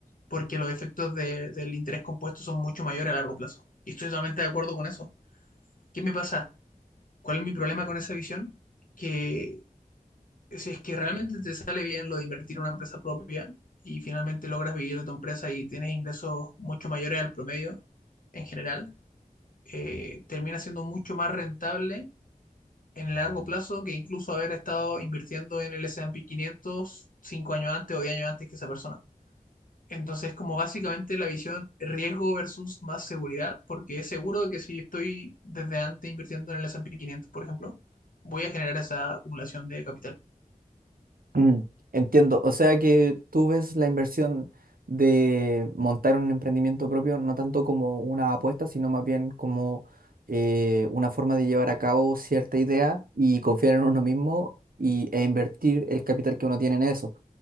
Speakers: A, on the left; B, on the right.
A: porque los efectos de- del interés compuesto son mucho mayores a largo plazo. Y estoy totalmente de acuerdo con eso. ¿Qué me pasa? ¿Cuál es mi problema con esa visión? Que si es que realmente te sale bien lo de invertir en una empresa propia y finalmente logras vivir de tu empresa y tienes ingresos mucho mayores al promedio en general, eh, termina siendo mucho más rentable en el largo plazo que incluso haber estado invirtiendo en el S&P 500 cinco años antes o 10 años antes que esa persona. Entonces, como básicamente la visión riesgo versus más seguridad, porque es seguro de que si estoy desde antes invirtiendo en el S&P 500, por ejemplo, voy a generar esa acumulación de capital.
B: Mm, entiendo. O sea que tú ves la inversión de montar un emprendimiento propio no tanto como una apuesta, sino más bien como eh, una forma de llevar a cabo cierta idea y confiar en uno mismo y, e invertir el capital que uno tiene en eso.